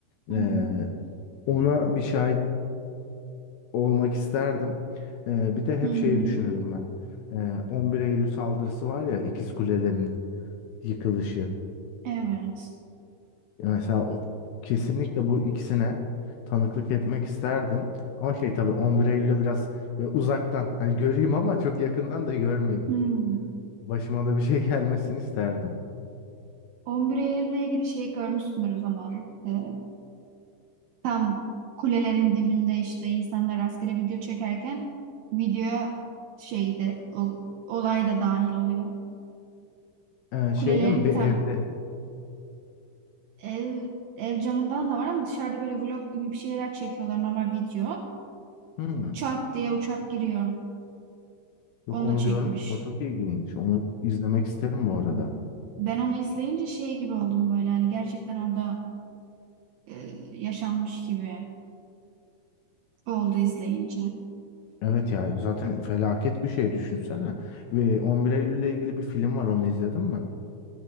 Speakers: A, on the right (about 80°); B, on the left (about 80°).
A: Hı
B: Ee,
A: hı.
B: ona bir şahit olmak isterdim. Ee, bir de hep
A: Hı hı.
B: şeyi düşünürüm ben. Ee, 11 Eylül saldırısı var ya İkiz Kulelerin yıkılışı.
A: Evet.
B: Mesela o- kesinlikle bu ikisine tanıklık etmek isterdim. Ama şey tabii 11 Eylül'e biraz böyle uzaktan hani göreyim ama çok yakından da görmeyeyim.
A: Hmm.
B: Başıma da bir şey <laughs> gelmesini isterdim.
A: <laughs> 11 Eylül'le ilgili şey görmüşsündür o zaman. Ee, tam kulelerin dibinde işte insanlar rastgele video çekerken video şeyde o, olay da dahil oluyor.
B: Ee, şeyde
A: Kulelerin
B: mi bir
A: tam
B: evde?
A: ev ev camından da var ama dışarıda böyle vlog gibi bir şeyler çekiyorlar normal video.
B: Hmm.
A: Çat diye uçak giriyor.
B: Yok
A: Onu
B: onu
A: da çekmiş.
B: görmedim. O çok ilginç. Onu izlemek isterim bu arada.
A: Hı hı. Ben onu izleyince şey gibi oldum böyle hani gerçekten orada e, yaşanmış gibi oldu izleyince.
B: Evet ya zaten felaket bir şey düşünsene. Ve 11 Eylül'le ilgili bir film var onu izledin mi?